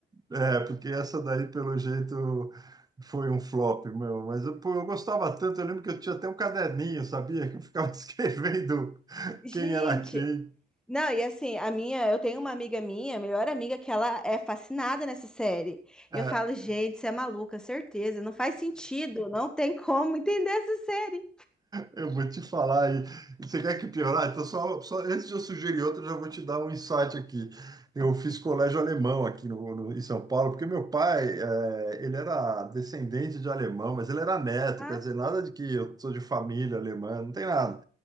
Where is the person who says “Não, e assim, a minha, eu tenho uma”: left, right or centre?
Centre